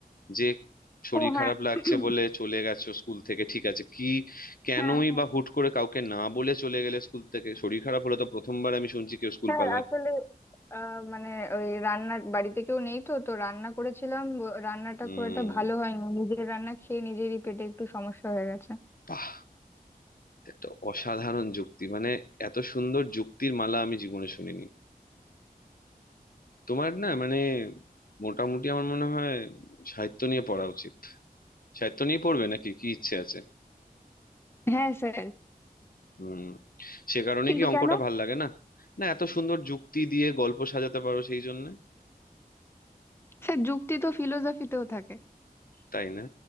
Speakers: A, on the left; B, on the left.
A: যে শরীর
B: ও হ্যাঁ
A: খারাপ
B: <clears throat>
A: লাগছে বলে চলে গেছো স্কুল থেকে ঠিক আছে কি কেনই
B: হ্যাঁ
A: বা হুট করে কাউকে না বলে চলে গেলে স্কুল থেকে শরীর খারাপ হলে তো প্রথমবার আমি শুনছি কেউ স্কুল
B: স্যার
A: পালায়
B: আসলে আহ, মানে ওই রান্না বাড়িতে কেউ নেই তো তো রান্না করেছিলাম ব- রান্নাটা
A: উম
B: খুব একটা ভালো হয়নি নিজের রান্না খেয়ে নিজেরই পেটে একটু সমস্যা হয়ে গেছে
A: বাহ একটা অসাধারণ যুক্তি মানে এত সুন্দর যুক্তির মালা আমি জীবনে শুনিনি তোমার না মানে মোটামুটি আমার মনে হয় সাহিত্য নিয়ে পড়া উচিত সাহিত্য নিয়ে পড়বে নাকি কি ইচ্ছে আছে
B: হ্যাঁ স্যার
A: হুম সে কারণে
B: কিন্তু
A: কি অঙ্কটা
B: কেন
A: ভাল লাগে না না এত সুন্দর যুক্তি দিয়ে গল্প সাজাতে পারো সেই জন্য
B: স্যার যুক্তি তো ফিলোসফিতেও থাকে
A: তাই না